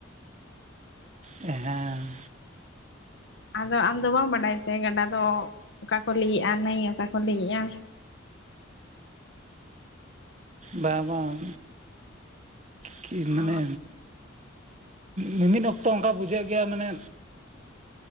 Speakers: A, on the right; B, on the left.
A: ᱦᱮᱸ
B: ᱟᱫᱚ ᱟᱢᱫᱚ ᱵᱟᱢ ᱵᱟᱰᱟᱭ ᱛᱮ ᱜᱟᱰᱟ ᱫᱚ ᱚᱠᱟ ᱠᱚ ᱞᱟᱹᱭᱮᱜᱼᱟ ᱱᱟᱹᱭ ᱚᱠᱟ ᱠᱚ ᱞᱟᱹᱭᱮᱜᱼᱟ
A: ᱵᱟᱝ ᱵᱟᱝ ᱠᱤ <unintelligible>
B: ᱚ
A: ᱢᱟᱱᱮ ᱢᱤᱢᱤᱫ ᱚᱠᱛᱚ ᱚᱱᱠᱟ ᱵᱩᱡᱷᱟᱹᱜ ᱜᱮᱭᱟ ᱢᱟᱱᱮ